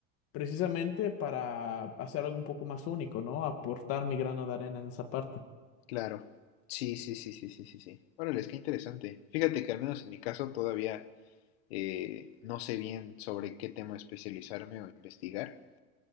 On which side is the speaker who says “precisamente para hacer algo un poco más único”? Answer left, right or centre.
Left